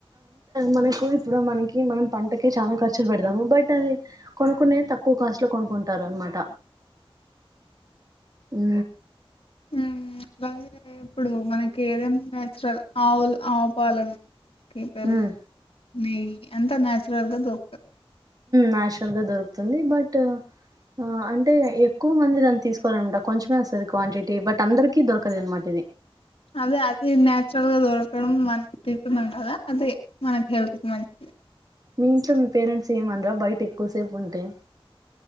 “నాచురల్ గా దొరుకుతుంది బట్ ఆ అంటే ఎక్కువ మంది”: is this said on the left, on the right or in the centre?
Right